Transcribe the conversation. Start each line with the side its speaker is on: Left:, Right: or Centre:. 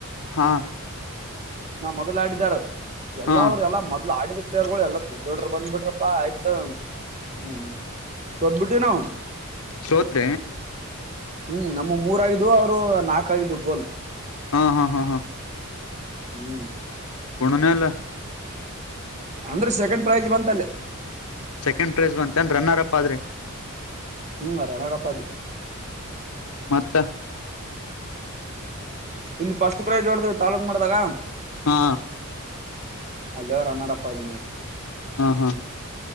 Left: ಹಾ
Right: ನಾ ಮೊದ್ಲ ಆಡಿದಾರ ಎಲ್ಲರು
Left: ಹಾ
Right: ಎಲ್ಲಾ ಮೊದ್ಲು ಆಡಿದ ಪ್ಲೇರ್ ಎಲ್ಲಾ ದೊಡ್ ದೊಡ್ಡರ್ ಬಂದ್ಬಿಟ್ರಪ್ಪಾ ಆಯ್ತ ಹ್ಮ್ ಸೋದಬಿಟ್ಟಿ ನಾವು
Left: ಸೋತ್
Right: ಹ್ಮ್ ನಮ್ಮ ಮೂರ ಆಗಿದ್ದು ಅವ್ರು ನಾಕ್ಾಗಿದ್ದು ಗೋಲ್
Left: ಹಾ ಹಾ ಹಾ ಹಾ
Right: ಹ್ಮ್
Left: ಬುಣನ ಎಲ್ಲ
Right: ಅಂದ್ರೆ ಸೆಕೆಂಡ್ ಪ್ರೈಜ್ ಬಂತಲ್ಲ
Left: ಸೆಕೆ್ ಪ್ರೈಸ್ ಬಂತಏನ್ ರನ್ನರ್ ಅಪ್ ಆದ್ರೆ
Right: ಹ್ಮ ರನಾರಪ್ಪ ಅಿ
Left: ಮತ್ತ
Right: ಇಲ್ಲಿ ಫಸ್ಟ್ ಪ್ರೈಜ್ ಹೊಡ್ದ ತಾಾಲೂಕ್ ಮಾಡ್ದಾಗ
Left: ಹಾ
Right: ಅದ ರನರ್ಪ್ಪ ಅ ನೋಡ
Left: ಹಾ ಹಾ